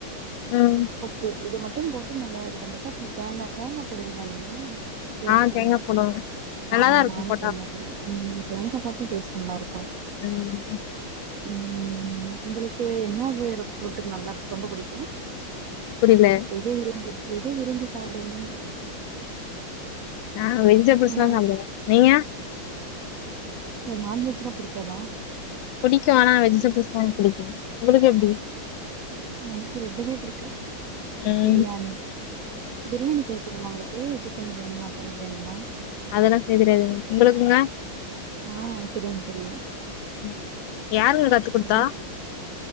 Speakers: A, on the left; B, on the right.
A: ம்.
B: உப்பு இதுமட் ட்டும் போட்டு நல்லா இதுபண்ணிட்டு அப்றொ தேங்கா தேங்கா போடுவிங்ளா நீங்க கேரட்
A: ஆ
B: பொரியல்ல
A: தேங்கா போடுவோம். நல்லாதான்
B: ஆஹ்
A: இருக்கும்
B: நானு
A: போட்டா.
B: தேங்கா போடுவே ம் தேங்கா போட் ட்டு டேஸ்ட் நல்லாருக்
A: உம்
B: உம் உங்களுக்கு என்னாது ரொ தொட்டுக் நல்லா ரொம்ப புடிக்கூ
A: புரியல.
B: எதெ விரும்பி எதை விரும்பி சாப்டுவிங்கன் கேட்டே
A: ஆஹ் வெஜிடெபிள்ஸ்ல்லா
B: உணவு
A: தாங்க நீங்க
B: ஏ நான்வெஜ்னா புடிக்காதா
A: புடிக்கு ஆனா வெஜிடபிள்ஸ்
B: இல்
A: தா புடிக்கு உங்களுக்கு எப்டி
B: எனக்கு ரெண்டுமே புடிக்கு
A: ம்.
B: பிரியாணி பிரியாணி செய்ய தெரிமா உங்களுக் க்கு சிக்கன் பிரியாணி மட்டன் பிரியாணிலா
A: அதெல்லா செய்ய தெரியாதுங்க உங்களுக்குங்க
B: ஆஹ் தெரியும் தெரியு
A: ம். யாருங்க கத்து குடுத்தா?
B: செய்